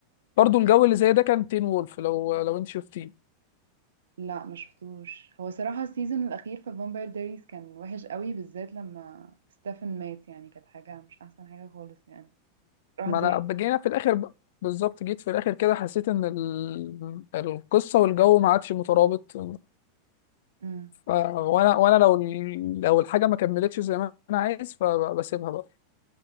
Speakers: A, on the left; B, on the right.
A: برضو الجو اللي زي ده كان تين وولف لو لو أنت شفتيه
B: لا ما شفتوش هو صراحة السيزون الاخير في فامباير دايريز كان وحش قوي بالذات لما ستيفن مات يعني كانت حاجة مش احسن حاجة خالص يعني راح
A: ما
B: ضايق
A: أنا جينا في الآخر بقى- بالظبط جيت في الآخر كده حسيت إن ال- القصة والجو ما عادش مترابط
B: امم
A: ف... وأنا وأنا لو لو الحاجة ما كملتش زي ما أنا عايز فبسيبها بقى